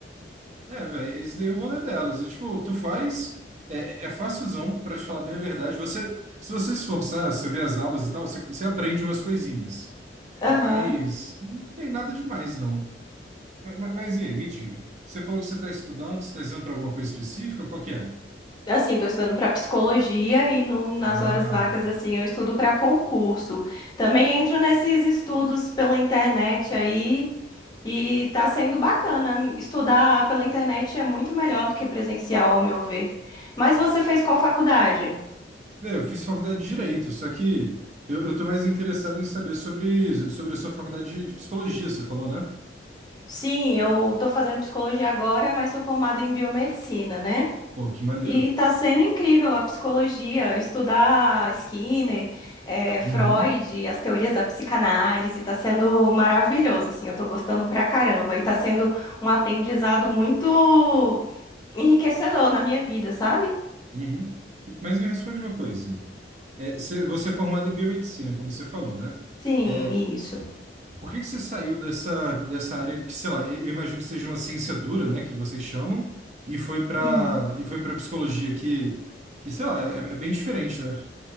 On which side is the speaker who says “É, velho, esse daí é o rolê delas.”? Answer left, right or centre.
Right